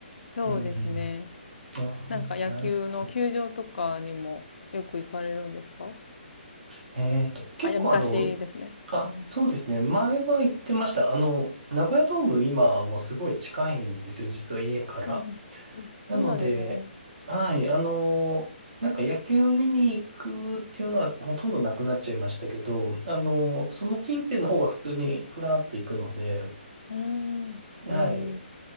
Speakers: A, on the left; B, on the right.
A: そうですね。
B: うん、うん。あーなるほど。
A: なんか野球の球場とかにもよく行かれるんですか
B: えっと、結構あの、
A: あ、いや、昔ですね。
B: あ、
A: うん
B: そうですね。前は行ってました。あの、名古屋ドーム今もすごい近いんですよ。実は家から。
A: うん。うんうん。あ、
B: なので、
A: そうなんですね。
B: はい、あの、なんか野球見に行くっていうのはほとんどなくなっちゃいましたけど、あの、その近辺の方が普通にふらっと行くので、
A: うん。うーん。
B: はい。
A: へえ。